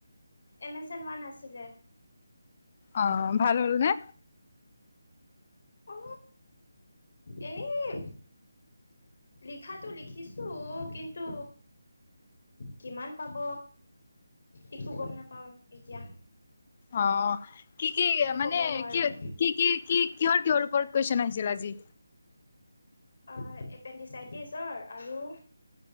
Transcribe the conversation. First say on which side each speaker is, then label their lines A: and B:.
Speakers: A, on the left (about 60°); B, on the left (about 35°).
A: এমেজ'ন ওৱান আছিলে।
B: অ', ভাল হ'ল নে?
A: অ', এনেই লিখাটো লিখিছো কিন্তু কিমান পাব একো গম নাপাওঁ এতিয়া।
B: অ', কি কি
A: একো
B: মানে
A: ক'ব নোৱাৰোঁ
B: কিহ কি কি কি কিহৰ কিহৰ ওপৰত কুৱেশন আহিছিল আজি?
A: অ', এপেণ্ডিচাইটিছৰ আৰু